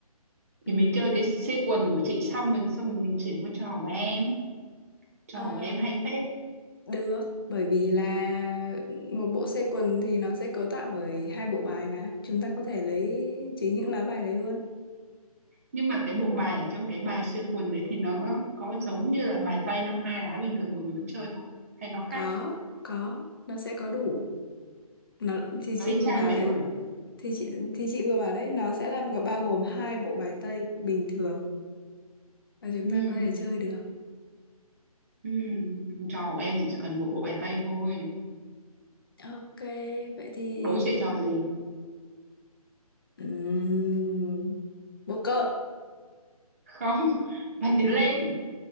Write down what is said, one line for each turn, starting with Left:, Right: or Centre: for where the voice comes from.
Left: Ừ.
Right: thì mình chơi cái xê quần của chị xong rồi xong rồi mình chuyển qua trò của em trò
Left: Ờm,
Right: của em hay phết
Left: được bởi vì là một bộ xe quần thì nó sẽ cấu tạo bởi hai bộ bài mà chúng ta có thể lấy chính những lá bài đấy luôn
Right: nhưng mà cái bộ bài ở trong cái bài xê quần đấy thì nó có giống như là bài tây năm hai lá bình thường mọi người vẫn chơi không hay nó khác
Left: có có nó sẽ có đủ nó thì
Right: nó
Left: chị
Right: y
Left: vừa
Right: chang
Left: bảo
Right: vậy
Left: đấy
Right: luôn à
Left: thì chị thì chị vừa bảo đấy nó sẽ là bao gồm hai bộ bài tây bình thường và chúng
Right: ừ
Left: ta có thể chơi được
Right: ừ trò của em thì chỉ cần một bộ bài tây thôi
Left: ok vậy thì
Right: đố chị
Left: chúng...
Right: trò gì
Left: Ừm, poker
Right: không <laughs> bài tiến lên